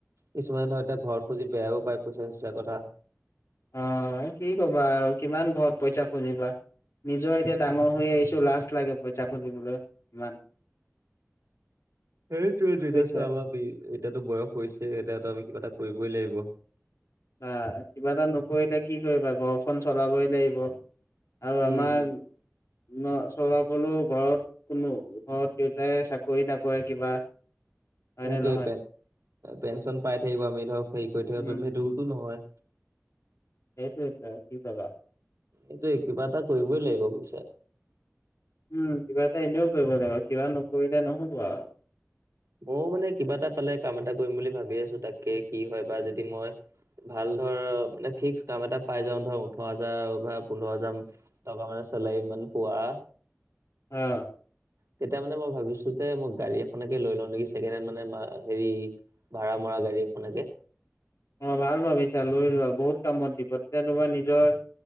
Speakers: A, on the right; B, on the left.
A: কিছুমান ধ এতিয়া ঘৰত খুজি বেয়াও পায় পইচা চইচাৰ কথা।
B: অ, কি কবা আৰু কিমান ঘৰত পইচা খুজিবা। নিজৰ এতিয়া ডাঙৰ হৈ আহিছো লাজ লাগে পইচা খুজিবলৈ ইমান।
A: সেইটোৱেটো এতিয়া
B: বুজিছা
A: চাভাবিক এতিয়াতো বয়স হৈছে এতিয়াতো আমি কিবা এটা কৰিবই লাগিব।
B: বা কিবা এটা নকৰিলে কি কৰিবা ঘৰখন চলাবই লাগিব। আৰু
A: উম
B: আমাৰ ন চলাবলৈও ঘৰত কোনো ঘৰত দেউতাই চাকৰি নকৰে কিবা হয়নে
A: সেইটো
B: নহয়
A: পে পেঞ্চন পাই থাকিব আমি ধৰক হেৰি কৰি থব
B: উম
A: পাৰিম সেইটোতো নহয়।
B: এইটো ট্ৰাই কি কবা
A: এইটো কিবা এটা কৰিবই লাগিব বুজিছে।
B: উম, কিবা এটা এটা এনেও কৰিব লাগিব কিবা নকৰিলে নহ'ব আৰু।
A: ময়ও মানে কিবা এটা পালে কাম এটা কৰিম বুলি ভাবি আছো তাকে কি হয় বা যদি মই ভাল ধৰ মানে ফিক্স কাম এটা পাই যাও ধৰ ওঠৰ হাজাৰ বা পোন্ধৰ হাজাৰ টকা মানে চেলাৰি ইমান পুৱা।
B: অ',
A: তেতিয়া মানে মই ভাবিছো যে মই গাড়ী এখননেকে লৈ লও নেকি ছেকেণ্ড হেণ্ড মানে হেৰি ভাড়া মৰা গাড়ী এখনেকে।
B: অ' ভাল ভাবিছা লৈ লোৱা বহুত কামত দিব তেতিয়া তোমাৰ নিজৰ